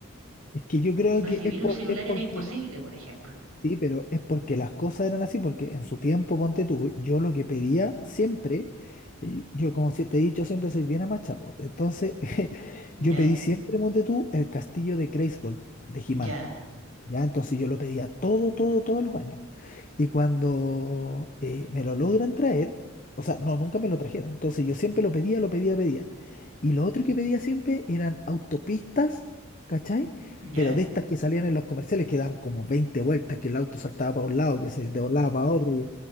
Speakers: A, on the left (about 35°); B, on the right (about 80°).
A: Es que yo creo
B: Recibir
A: que es, por,
B: un celular
A: es porque...
B: era imposible, por ejemplo.
A: Sí, pero es porque las cosas eran así, porque en su tiempo, ponte tú, yo lo que pedía siempre, y yo como si te he dicho siempre soy bien amachado, entonces <laughs>
B: ¿Ya?
A: yo pedí siempre, ponte tú, el castillo de Grayskull, de he
B: ¿Ya?
A: ¿ya? Entonces yo lo pedía todo, todo, todos los años. Y cuando eh, me lo logran traer, o sea, no, nunca me lo trajeron. Entonces yo siempre lo pedía, lo pedía, pedía. Y lo otro que pedía siempre eran autopistas, ¿cachai?
B: ¿Ya?
A: Pero de estas que salían en los comerciales que dan como 20 vueltas, que el auto saltaba para un lado, que se doblaba para otro, y